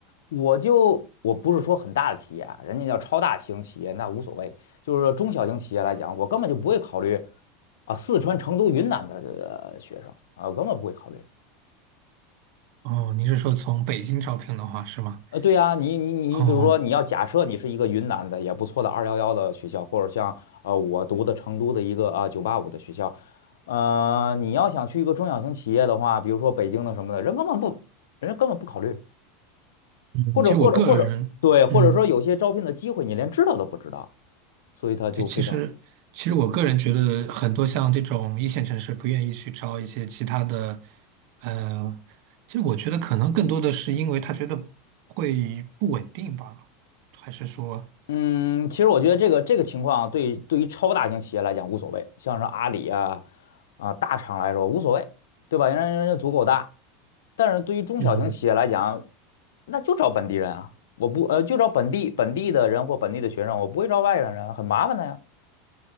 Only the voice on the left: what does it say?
我就我不是说很大的企业啊，人家叫超大型企业那无所谓。就是说中小型企业来讲，我根本就不会考虑啊四川、成都、云南的呃学生啊，根本不会考虑。
呃，对呀，你你你，你比如说你要假设你是一个云南的也不错的二幺幺的学校，
或者像呃我读的成都的一个啊九八五的学校，呃，你要想去一个中小型企业的话，比如说北京的什么的，人根本不，人家根本不考虑，
或者或者或者对，或者说有些招聘的机会你连知道都不知道，
所以他就非常。
嗯，其实我觉得这个这个情况对对于超大型企业来讲无所谓，像是阿里啊啊、大厂来说无所谓，对吧？人家人家足够大，但是对于中小型企业来讲，
那就找本地人啊，我不呃就找本地本地的人或本地的学生，我不会招外来人啊，很麻烦的呀，